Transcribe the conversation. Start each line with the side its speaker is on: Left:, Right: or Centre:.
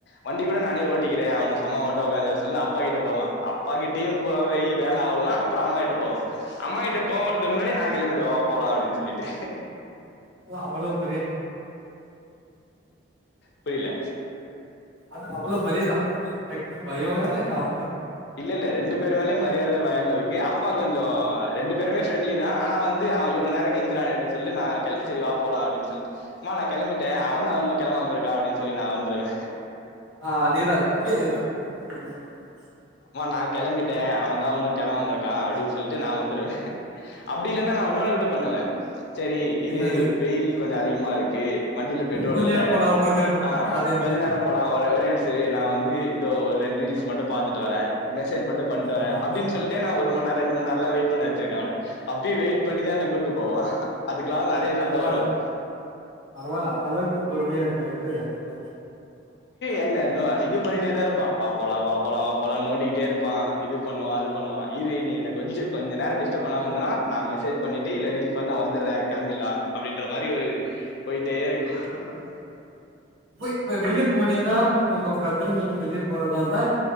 Left: வண்டி கூட நானே ஓட்டிக்கிறே அவன சம்ம வண் <unintelligible> சொல்ல அப்பா கிட்ட போவா அப் பாக்கி டீம் போவை வேல ஆவ்லன்னா அப்பறம் அம்மா கிட்ட போவா அம்மா கிட்ட போவுறதுக்கு முன்னாடி நா கிளம்பிடுவே வா போலா அப்டின் சொல்லிட்டு
Right: அவ்வளவு பெரித்
Left: புரியில
Right: அது அவ்வுள மரியாத அம்மாக்கு டக்குன்னு பயமா இல்ல அம்மா
Left: இல்ல இல்ல ரெண்டு பேரு மேல மரியாத பயோ இருக்கு அப்பா கொஞ்சொ ரெண்டு பேருமே ஃப்ரெண்ட்லி தா ஆனா வந்து அவ இவளோ நேர கெஞ்சுரானே அப்டின் சொல்லி நா கெள் செரி வா போலா அப்டின் சொல்லிட் மா கிளம்பிட்டே அவந்தா அவுன்னு கிளபாம இரு அப்படின்னு சொல்லி நான் வந்துடுவேன்
Right: ஆஹ் அதேதான் தான் நீ மும் சொல்லுவம் <inaudible>
Left: அம்மா நான் கிளம்பிட்டேன்அவன் தான் இன்னும் கிளம்பாம இருக்கான் அப்படின்னு சொல்லிட்டு நான் வந்துருவேன் அப்டி இல்லன்னா நான் ஒன்னோன்னுகூட பண்ணுவேன். சரி
Right: பண்ணுவாங்க
Left: இது
Right: என்னது
Left: வெயில் கொஞ்சம் அதிகமாக இருக்கு வண்டியில பெட்ரோல்
Right: கொஞ்ச
Left: இல்ல
Right: நேரம் போலாம் கொஞ்ச நேரம் போலாம்
Left: ஆஹ்
Right: அதேதான்
Left: கொஞ்ச நேரம் போலாம் ஒரே நிமிஷ் சரி நான் வந்து இதோ ஒரு ரெண்டு ரீல்ஸ் மட்டும் பார்த்து வரேன் மெசேஜ் மட்டொ பண்ட்டு வறேன்
Right: ஆமா
Left: அப்படின்னு சொல்லிட்டு நான் ஒரு மணி நா ரெண்டு மணி நேரம்லா வெயிட் பண்ண வச்சிருக்கேன் அவன அப்டி வெயிட் பண்ணி தான் என்ன கூட்டிட்டு போவான் அதுக்கு நிறைய சண்டை
Right: பரவால்ல
Left: வரும்
Right: பரவால்ல அந்த அளவுக்கு பொறுமையா இருக்கிறது ரொம்ப அதக <unintelligible>
Left: என் இது பண்ணிட்டே தான் இருப்பான் வா போகலாம் வாபோகலாம் வா போகலாம் நோண்டிடே இருப்பான் இது பண்ணுவான் அது பண்ணுவான் இரு கொஞ்ச நேரம் டிஸ்டப் பண்ணாம இருந்த நா மெசேஜ் பண்ணிட்டு ரீல்ஸ் பாத்துட்டு வந்துறேன் கிளம்பிடலாம் அப்படின்னு என்ற மாதிரி ஒரு போயிட்டே இருக்கும். ஆ <inaudible>
Right: இப்ப வெளிய போனீங்கன்னா இப்ப உங்க பிரதரு நீங்க வெளிய போறது